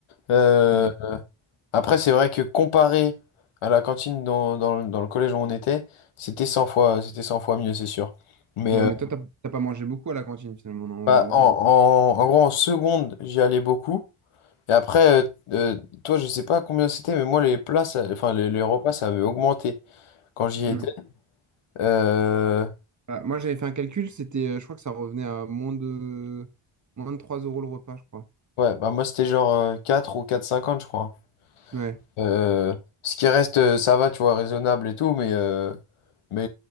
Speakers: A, on the left; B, on the right.
A: Euh,
B: Ouais.
A: Après, c'est vrai que comparé à la cantine dans, dans le dans le collège où on était, c'était cent fois, c'était 100 fois mieux, c'est sûr. Mais
B: Ouais,
A: euh,
B: mais toi, t'as t'as pas mangé beaucoup à la cantine finalement, non?
A: bah, en,
B: ou-
A: en, en gros, en seconde, j'y allais beaucoup. Et après, euh, euh, toi, je sais pas combien c'était, mais moi, les plats, ça- enfin, les, les repas, ça avait augmenté quand j'y
B: Hmm.
A: étais. Euh,
B: Ah, moi, j'avais fait un calcul, c'était, euh, je crois que ça revenait à moins de, moins de 3 euros le repas, je crois.
A: ouais, bah, moi, c'était genre euh, 4 ou quatre virgule cinquante je crois.
B: Ouais.
A: Euh, ce qui reste, euh, ça va, tu vois, raisonnable et tout, mais, euh, mais